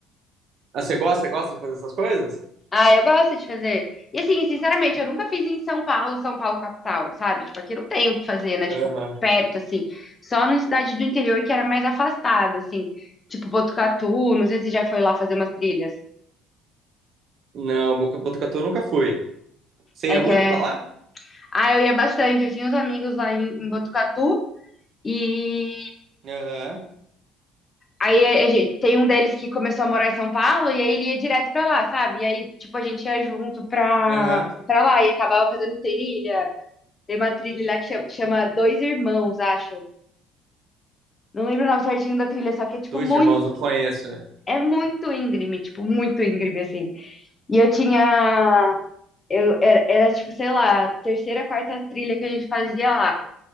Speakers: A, on the right (about 55°); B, on the left (about 30°).
A: Ah, você gosta, gosta de fazer essas coisas?
B: Ah, eu gosto de fazer. E assim, sinceramente, eu nunca fiz em São Paulo, São Paulo capital, sabe? Tipo, aqui não tem o que fazer, né? Tipo,
A: Aham.
B: perto, assim. Só na cidade do interior que era mais afastado, assim. Tipo, Botucatu, não sei se já foi lá fazer umas trilhas.
A: Não, Boca- Botucatu eu nunca fui. Você
B: É
A: ia
B: que
A: muito
B: é.
A: pra lá?
B: Ah, eu ia bastante, eu tinha uns amigos lá em, em Botucatu e
A: Aham,
B: Aí a gente, tem um deles que começou a morar em São Paulo e aí ele ia direto pra lá, sabe? E aí, tipo, a gente ia junto pra,
A: aham.
B: pra lá e acabava fazendo trilha. Tem uma trilha lá que chama, chama Dois Irmãos, acho. Não lembro o nome certinho da trilha, só que é, tipo,
A: Dois
B: muito.
A: irmãos, não conheço.
B: É muito íngreme, tipo, muito íngreme, assim. E eu tinha. Eu, era, era, tipo, sei lá, terceira, quarta trilha que a gente fazia lá.